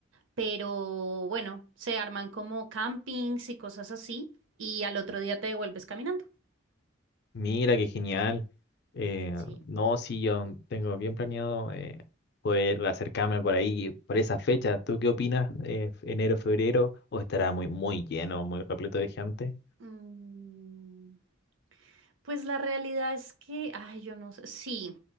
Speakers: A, on the right (about 75°); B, on the left (about 55°).
A: pero bueno, se arman como campings y cosas así y al otro día te devuelves caminando.
B: mira qué genial. Eh,
A: Sí.
B: no, sí, yo tengo bien planeado eh, poder acercarme por ahí, por esa fecha. ¿Tú qué opinas? Eh, ¿enero, febrero? ¿O estará muy, muy lleno, muy repleto de gente?
A: Mm. Pues la realidad es que, ay, yo no sé, sí,